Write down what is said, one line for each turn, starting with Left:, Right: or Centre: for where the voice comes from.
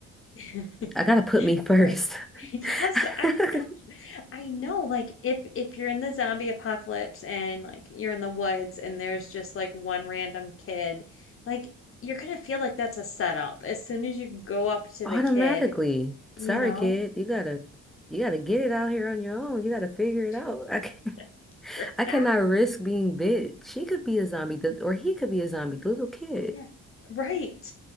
Left: <laughs>
Centre: I gotta put me first.
Left: Right. <laughs> Yes,
Centre: <laughs>
Left: I know. I know. Like if if you're in the zombie apocalypse and like you're in the woods and there's just like one random kid, like you're gonna feel like that's a setup as soon as you go up to
Centre: Automatically.
Left: the kid, you
Centre: Sorry,
Left: know?
Centre: kid. You gotta you gotta get it out here on your own. You gotta figure it out.
Left: <laughs>
Centre: I can, <laughs>
Left: Figure
Centre: I
Left: it
Centre: cannot
Left: out.
Centre: risk being bit. She could be a zombie, the- or he could be a zombie, the little kid.
Left: Yeah. Right.